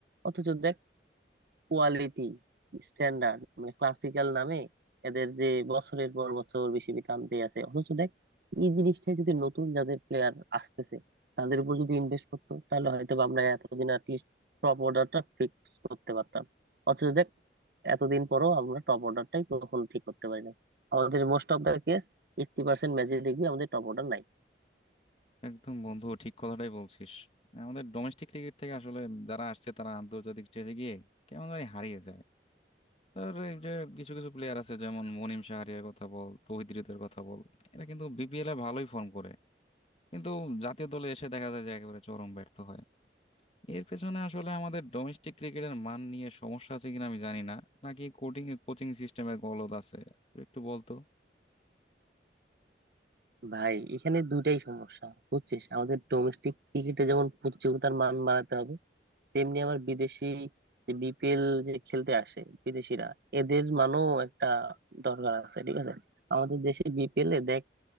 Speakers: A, on the right; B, on the left.
A: অথচ দেখ, কোয়ালিটি স্ট্যান্ডার্ড মানে ক্লাসিক্যাল নামে এদের যে বছরের পর বছর বেশি টানতে আছে অথচ দেখ এই জিনিসটা যদি নতুন যাদের প্লেয়ার আসতেছে তাদের উপর যদি ইনভেস্ট করতো তাহলে হয়তো বা আমরা এতদিন অ্যাটলিস্ট টপ অর্ডারটা ফিক্স করতে পারতাম অথচ দেখ এতদিন পরও আমরা টপ অর্ডারটাই কখনো ঠিক করতে পারি নাই আমাদের মোস্ট অফ দা কেস এইট্টি পার্সেন্ট ম্যাচে দেখবি আমাদের টপ অর্ডার নাই
B: একদম বন্ধু ঠিক কথাটাই বলছিস আমাদের ডোমেস্টিক ক্রিকেট থেকে আসলে যারা আসছে তারা আন্তর্জাতিক স্টেজে গিয়ে কেমন জানি হারিয়ে যায় আর এই যে কিছু কিছু প্লেয়ার আছে যেমন মনিম শাহরিয়ার কথা বল তৌহিদ হৃদয়ের কথা বল এরা কিন্তু বিপিএল এ ভালোই ফর্ম করে কিন্তু জাতীয় দলে এসে দেখা যায় যে একেবারে চরম ব্যর্থ হয় এর পেছনে আসলে আমাদের ডোমেস্টিক ক্রিকেটের মান নিয়ে সমস্যা আছে কিনা আমি জানি না নাকি কোচিং কোচিং সিস্টেমের গলদ আছে একটু বলতো
A: ভাই এখানে দুইটাই সমস্যা বুঝছিস আমাদের ডোমেস্টিক ক্রিকেটে যেমন প্রতিযোগিতার মান বাড়াতে হবে তেমনি আবার বিদেশি যে বিপিএল যে খেলতে আসে বিদেশিরা এদের মানও একটা দরকার আছে ঠিক আছে আমাদের দেশে বিপিএল এ দেখ